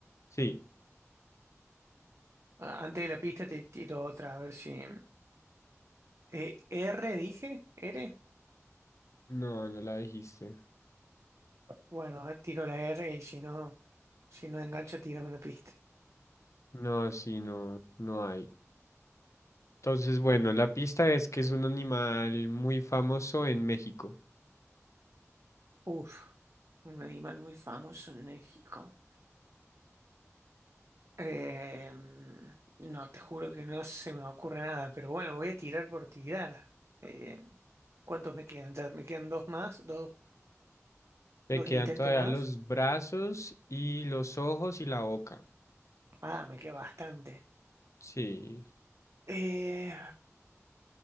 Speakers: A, on the left; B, on the right.
A: Sí.
B: Ah, Antes de la pista te tiro otra, a ver si... eh, ¿R dije? ¿R?
A: No, no la dijiste.
B: Bueno, a ver, tiro la R y si no, si no engancho, tírame la pista.
A: No, sí, no, no hay. Entonces, bueno, la pista es que es un animal muy famoso en México.
B: Uf, un animal muy famoso en México. Eh, no, te juro que no se me ocurre nada, pero bueno, voy a tirar por tirar. Eh, ¿cuántos me quedan? Ya me quedan dos más, dos,
A: Le
B: dos
A: quedan
B: intentos
A: todavía
B: más.
A: los brazos y los ojos y la boca.
B: Ah, me queda bastante.
A: Sí,
B: Eh,